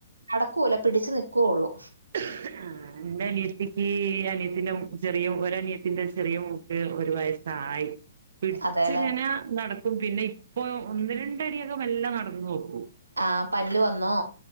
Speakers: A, on the right; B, on the right.
A: നടക്കൂല. പിടിച്ചു നിക്കുവൊള്ളു.
B: ആഹ് ആ ഇന്റെ അനിയത്തിക്ക് അനിയത്തിന്റെ ചെറിയ ഒരനിയത്തിന്റെ ചെറിയ മോക്ക് ഒരു വയസ്സായി. പിടിച്ചിങ്ങനെ
A: അതെല്ലെ
B: നടക്കും. പിന്നെ ഇപ്പൊ ഒന്ന് രണ്ടടിയൊക്കെ മെല്ലെ നടന്നോക്കും.
A: ആ പല്ല് വന്നോ?